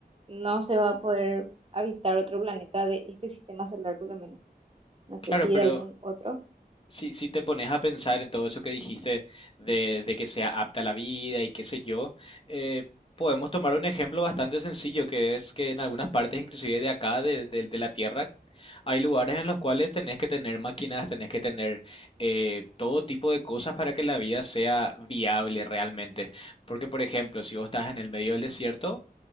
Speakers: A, on the right; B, on the left.
A: no se va a poder habitar otro planeta de este sistema solar, por lo menos. No sé
B: Claro,
A: si
B: pero
A: algún otro.
B: Si, si te pones a pensar en todo eso que dijiste de, de que sea apta a la vida y qué sé yo, eh, podemos tomar un ejemplo bastante sencillo, que es que en algunas partes, inclusive de acá, de, de- de la Tierra, hay lugares en los cuales tenés que tener máquinas, tenés que tener eh, todo tipo de cosas para que la vida sea viable realmente. Porque, por ejemplo, si vos estás en el medio del desierto,